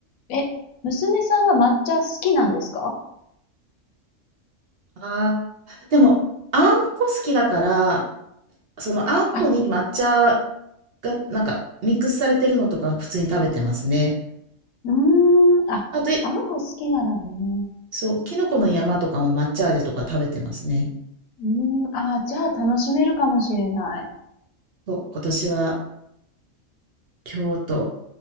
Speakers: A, on the left; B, on the right.
A: え、娘さんは抹茶好きなんですか
B: ああ、でも、あんこ好きだから、そのあんこに抹茶
A: あ、
B: がなんかミックスされてるのとか普通に食べてますね。
A: うーん。あ、
B: あと、
A: あんこ好きならね。
B: そう、きのこの山とかも抹茶味とか食べてますね。
A: うーん。あー、じゃあ楽しめるかもしれない。
B: そう、今年は京都、